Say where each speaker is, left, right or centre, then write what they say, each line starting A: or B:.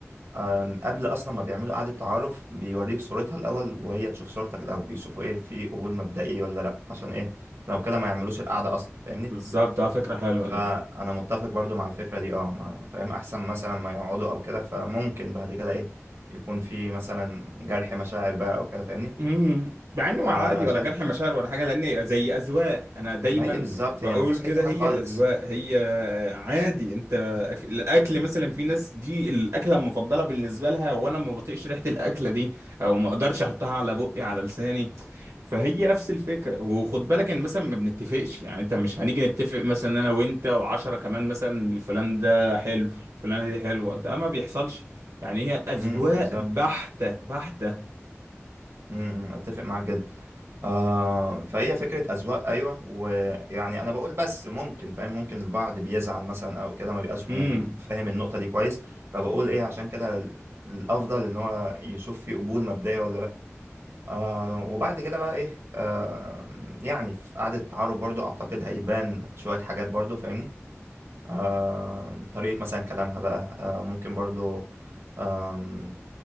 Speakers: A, on the right; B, on the right.
A: آم، قبل اصلا ما بيعملوا قعده تعارف بيوريك صورتها الاول وهي تشوف صورتك الاول بيشوفوا ايه في قبول مبدئي ولا لا عشان ايه لو كده ما يعملوش القعده اصلا فاهمني
B: بالظبط اه فكرة حلوة
A: فانا
B: دي
A: متفق برضو مع الفكره دي اه ما- فاهم احسن مثلا ما يقعدوا او كده فممكن بعد كده ايه يكون في مثلا جرح مشاعر بقى او كده فاهمني
B: امم مع انه
A: فانا
B: عادي ولا
A: شايف
B: جرح مشاعر ولا حاجه لان زي اذواق انا دايما
A: ما هي بالظبط
B: بقول
A: هي ما فيهاش
B: كده
A: اي حاجه
B: هي
A: خالص
B: اذواق هي عادي انت في الاكل مثلا في ناس دي الاكله المفضله بالنسبه لها وانا ما بطيقش ريحه الاكله دي او ما اقدرش احطها على بقي على لساني فهي نفس الفكره وخد بالك ان مثلا ما بنتفقش يعني انت مش هنيجي نتفق مثلا انا وانت وعشرة كمان مثلا فلان ده حلو فلانه دي حلوه ده ما بيحصلش يعني هي اذواق
A: امم بالظبط
B: بحته بحته
A: امم أمم، اتفق معاك جدا آه فهي فكرة أذواق أيوة ويعني أنا بقول بس ممكن فاهم ممكن البعض بيزعل مثلا أو كده ما بيبقاش
B: امم
A: مم- فاهم النقطة دي كويس فبقول إيه عشان كده ال- الأفضل إن هو يشوف فيه قبول مبدئي ولا لأ آه وبعد كده بقى إيه آه يعني في قعدة التعارف برضو أعتقد هيبان شوية حاجات برضو فاهمني آه طريقة مثلا كلامها بقى آه ممكن برضو آم،